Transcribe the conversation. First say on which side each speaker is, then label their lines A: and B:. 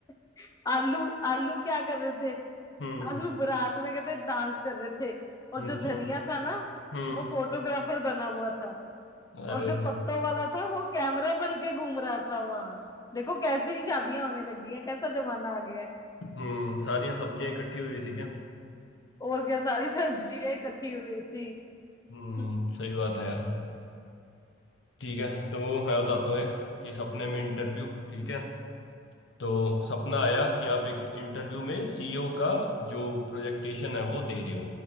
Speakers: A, on the left; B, on the left.
A: <laughs> आलू आलू क्या कर रहे थे
B: हम्म
A: आलू बारात में कहते डांस कर रहे थे और
B: अच्छा
A: जो धनिया था ना
B: हम्म
A: वो फोटोग्राफर बना हुआ था
B: अरे
A: और जो पत्तों वाला था वो कैमरा बन के घूम रहा था वहां देखो कैसी शादियां होने लगी हैं कैसा जमाना आ गया है
B: हम्म सारी सब्जियां इकट्ठी हुई थी क्या
A: और क्या सारी सब्जियां इकट्ठी हुई थी
B: हम्म
A: हम्म
B: सही बात है यार ठीक है तो मैं बताता हूँ एक कि सपने में इंटरव्यू ठीक है तो सपना आया कि आप एक इंटरव्यू में सीईओ का जो प्रोजेक्टेशन है वो दे रहे हो